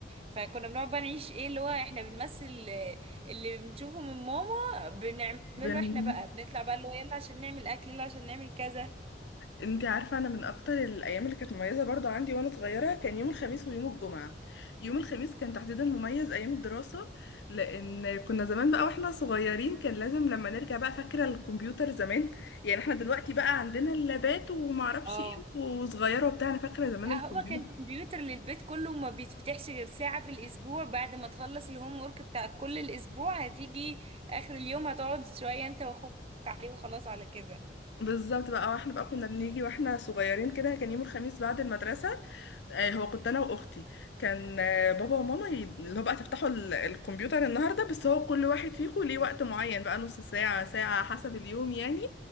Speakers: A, on the right; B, on the left.
A: فكنا بنقعد بقى نعيش ايه اللي هو احنا بنمثل آه، اللي بنشوفه من ماما بنعمله
B: بن...
A: احنا بقى بنطلع بقى اللي هو يلا عشان نعمل اكل يلا عشان نعمل كذا
B: انت عارفة انا من اكتر الايام اللي كانت مميزة برضو عندي وانا صغيرة كان يوم الخميس ويوم الجمعة يوم الخميس كان تحديدا مميز ايام الدراسة لان كنا زمان بقى واحنا صغيرين كان لازم لما نرجع بقى فاكرة الكمبيوتر زمان يعني احنا دلوقتي بقى عندنا اللابات ومعرفش
A: اه
B: ايه وصغيرة وبتاع انا فاكرة زمان
A: لا
B: الكمبيوتر
A: هو كان كمبيوتر للبيت كله وما بيتفتحش غير ساعة في الأسبوع بعد ما تخلص الهوم ورك بتاع كل الأسبوع هتيجي آخر اليوم هتقعد شوية أنت وأخوك عليه وخلاص على كده
B: بالظبط بقى واحنا بقى كنا بنيجي واحنا صغيرين كده كان يوم الخميس بعد المدرسة آه، هو كنت انا واختي كان آه، بابا وماما ي- اللي هو بقى تفتحوا ال- الكمبيوتر النهارده بس هو كل واحد فيكم ليه وقت معين بقى نص ساعة ساعة حسب اليوم يعني